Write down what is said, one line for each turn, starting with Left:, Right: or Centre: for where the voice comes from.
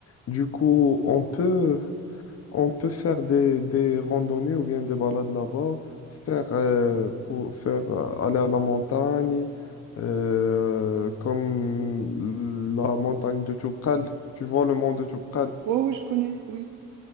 Left: Du coup, on peut, on peut faire des, des randonnées ou bien des balades là-bas, faire, euh, pour faire euh, aller à la montagne, euh, comme la montagne de Toubkal. Tu vois le mont de Toubkal?
Right: ouais, ouais, je connais, oui.